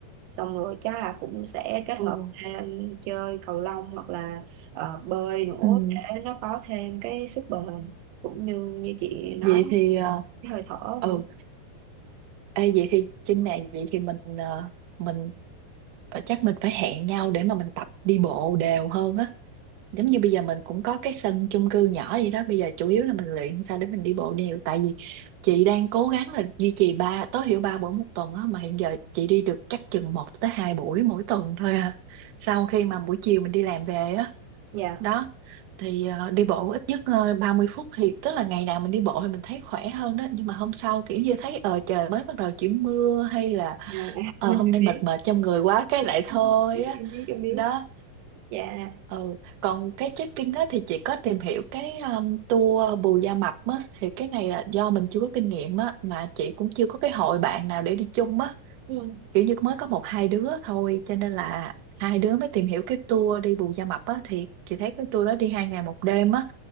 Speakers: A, on the right (about 85°); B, on the right (about 70°).
A: xong rồi chắc là cũng sẽ kết hợp
B: ừ.
A: thêm chơi cầu lông hoặc là ờ, bơi nữa
B: Ừ.
A: để nó có thêm cái sức bền cũng như như chị
B: vậy
A: nói
B: thì ờ,
A: cái hơi thở
B: ừ
A: nữa
B: Ê, vậy thì trên này vậy thì mình ờ, mình ờ, chắc mình phải hẹn nhau để mà mình tập đi bộ đều hơn á giống như bây giờ mình cũng có cái sân chung cư nhỏ vậy đó bây giờ chủ yếu là mình luyện sao để mình đi bộ đều tại vì chị đang cố gắng là duy trì ba tối thiểu ba buổi một tuần á mà hiện giờ chị đi được chắc chừng một tới hai buổi mỗi tuần thôi à sau khi mà buổi chiều mình đi làm về á
A: dạ yeah.
B: đó thì ờ, đi bộ ít nhất ờ, ba mươi phút thì tức là ngày nào mình đi bộ thì mình thấy khỏe hơn đó nhưng mà hôm sau kiểu như thấy ờ trời mới bắt đầu chuyển mưa hay là
A: <laughs>
B: ờ
A: em
B: hôm nay
A: biết
B: mệt mệt trong người quá cái lại thôi
A: em
B: á
A: biết em biết
B: đó
A: dạ
B: ừ còn cái trekking á thì chị có tìm hiểu cái um, tour Bù Gia Mập á thì cái này là do mình chưa có kinh nghiệm á mà chị cũng chưa có cái hội bạn nào để đi chung á
A: ừ.
B: kiểu như mới có một hai đứa thôi cho nên là hai đứa mới tìm hiểu cái tour đi Bù Gia Mập á thì chị thấy cái tour đó đi hai ngày một đêm á